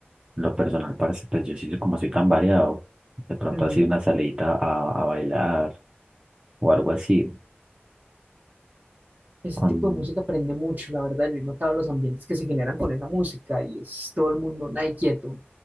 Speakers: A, on the right; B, on the right.
A: en lo personal parece, pues yo sí, como soy tan variado, de pronto
B: Ujú.
A: así una salidita a, a bailar o algo así,
B: Ese
A: con...
B: tipo de música prende mucho, la verdad. Yo he notado los ambientes que se generan con esa música y es todo el mundo nadie quieto.